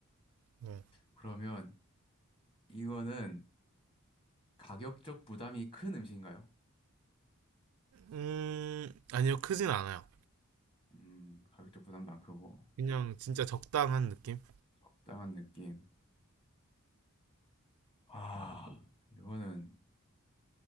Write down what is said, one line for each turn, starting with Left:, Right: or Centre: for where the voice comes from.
Right: 네.
Left: 그러면 이거는 가격적 부담이 큰 음식인가요?
Right: 음, 아니요, 크진 않아요.
Left: 음, 가격적 부담도 안 크고
Right: 그냥 진짜 적당한 느낌?
Left: 적당한 느낌. 아, 이거는